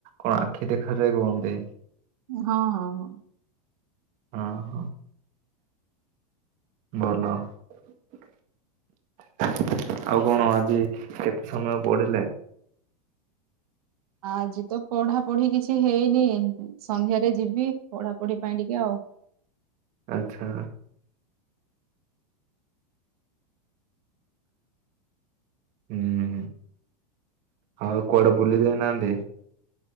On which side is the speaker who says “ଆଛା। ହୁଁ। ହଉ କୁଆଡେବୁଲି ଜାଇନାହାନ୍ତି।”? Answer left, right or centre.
Right